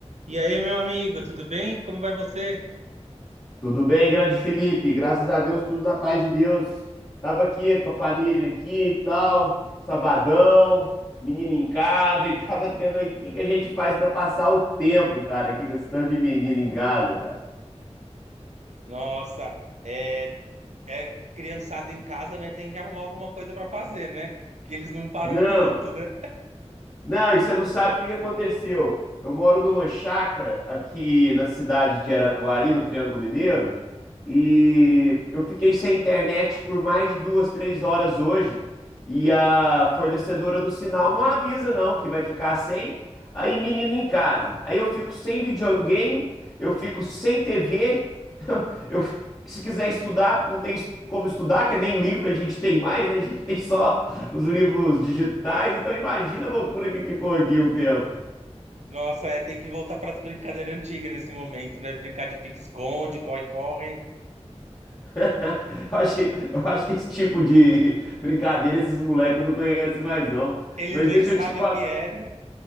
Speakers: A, on the right; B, on the left.
A: E aí, meu amigo, tudo bem? Como vai você?
B: Tudo bem, grande Felipe? Graças a Deus, tudo na paz de Deus. Tava aqui com a família aqui e tal, sabadão, menino em casa e <laughs> tava vendo aí o que que a gente faz pra passar o tempo, cara, aqui com esse tanto de menino em casa, cara.
A: Nossa, é, é criançada em casa, né? Tem que arrumar alguma coisa pra fazer, né? Que eles não param
B: Não,
A: um minuto, né?
B: Não, e você não sabe o que que aconteceu. Eu moro numa chácara aqui na cidade de Araguari, no Triângulo Mineiro, e eu fiquei sem internet por mais de duas, três horas hoje. E a fornecedora do sinal não avisa, não, que vai ficar sem. Aí, menino em casa. Aí eu fico sem videogame, eu fico sem TV. <laughs> Eu, se quiser estudar, não tem es- como estudar, que nem livro a gente tem mais, né? A gente tem só os livros digitais, então imagina a loucura que ficou aqui um tempo.
A: Nossa, é, tem que voltar pras brincadeiras antigas nesse momento, né? Brincar de pique-esconde, corre-corre.
B: <laughs> Eu acho, eu acho que esse tipo de brincadeira esses moleques não conhecem mais, não.
A: Eles
B: Mas
A: nem
B: deixa
A: sabem
B: eu te falar.
A: o que é, né?